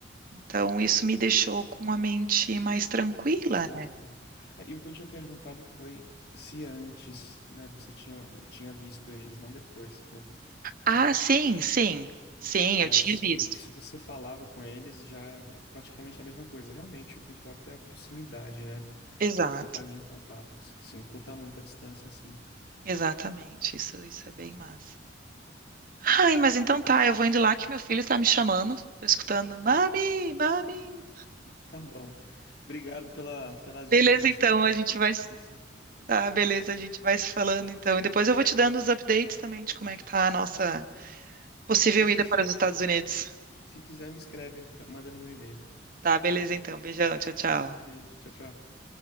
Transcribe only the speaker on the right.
Então isso me deixou com a mente mais tranquila,
né?
Ah, sim, sim, sim,
eu tinha visto.
Exato.
Exatamente, isso, isso é bem massa. Ai, mas então tá, eu vou indo lá que meu filho tá me chamando, tô escutando, mami, mami.
Beleza,
então,
a
gente
vai,
se-
tá, beleza, a gente vai se falando então. E depois eu vou te dando os updates também de como é que tá a nossa possível
ida para os Estados Unidos.
Tá, beleza então, beijão, tchau, tchau.